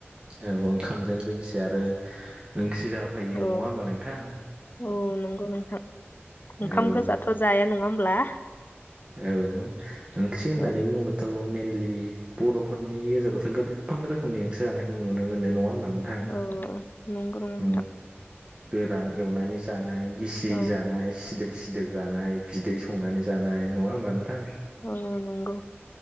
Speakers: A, on the right (about 25°); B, on the left (about 45°).
A: औ ओंखामजों लोगोसे आरो ओंख्रि जाफायो
B: औ
A: नङा होमबा नोंथां
B: औ नंगौ नोंथां ओंखाम
A: औ।
B: गोजाथ' जाया नङा होमब्ला
A: औ <unintelligible> होननानै
B: औ
A: बुङोबाथ' <unintelligible> <unintelligible> बर'फोरनि गेजेरावथ' गोबां रोखोमनि ओंख्रि जानायखौ नुनो मोनो नङा होनबा। नोंथां
B: औ नंगौ नोंथां
A: उम गोरान एवनानै जानाय गिसि
B: औ
A: जानाय सिदोब सि खिदोब जानाय बिदै संनानै जानाय। नङा होमबा नोंथां।
B: अ नंगौ।